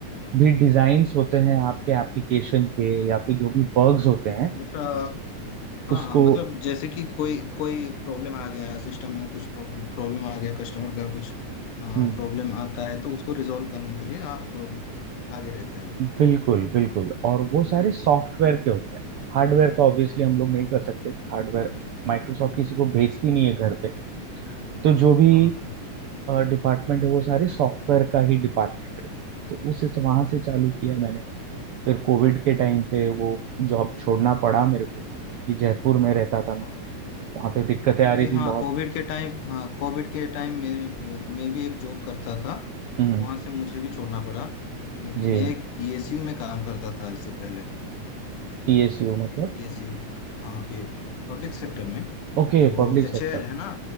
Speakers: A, on the right; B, on the left.
A: भी डिजाइन्स होते हैं आपके एप्लीकेशन के या फिर जो भी बग्स होते हैं
B: मतलब हाँ
A: उसको
B: हाँ मतलब जैसे कि कोई कोई प्रॉब्लम आ गया सिस्टम में कुछ प्रॉब्लम आ गया कस्टमर का कुछ प्रॉब्लम
A: हम्म
B: आता है तो उसको रिजॉल्व करने के लिए आप आगे रहते हैं
A: बिल्कुल बिल्कुल और वो सारे सॉफ्टवेयर के होते हैं हार्डवेयर का ऑब्वियसली हम लोग नहीं कर सकते हार्डवेयर माइक्रोसॉफ्ट किसी को भेजती नहीं है घर पे तो जो भी
B: हाँ हाँ
A: डिपार्टमेंट है वो सारे सॉफ्टवेयर का ही डिपार्टमेंट रहता है तो उस वहां से चालू किया मैंने फिर कोविड के टाइम पे वो जॉब छोड़ना पड़ा मेरे को क्योंकि जयपुर में रहता था मैं
B: हाँ
A: वहां पे दिक्कतें
B: क्योंकि
A: आ रही थी
B: हाँ
A: बहुत
B: कोविड के टाइम हाँ कोविड के टाइम मेरे अ, मैं भी एक जॉब करता था
A: हम्म
B: वहां से मुझे भी छोड़ना पड़ा क्योंकि
A: जी
B: मैं एक पीएसयू में काम करता था इससे पहले
A: टीएसयू मतलब
B: पीएसयू हाँ पब्लिक सेक्टर में
A: Okay
B: जो
A: public sector
B: एचएएल है ना